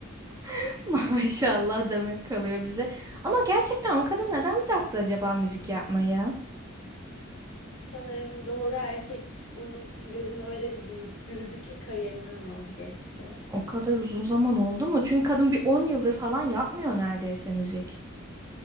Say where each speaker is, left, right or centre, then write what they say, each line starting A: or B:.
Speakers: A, on the right; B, on the left.
A: <laughs> Maşallah demek kalıyor bize. Ama gerçekten o kadın neden bıraktı acaba müzik yapmayı?
B: Sanırım doğru erkek onun gözünü öyle bir büyü- bürüdü ki kariyerinden vazgeçti.
A: O kadar uzun zaman oldu mu? Çünkü kadın bir 10 yıldır falan yapmıyor neredeyse müzik.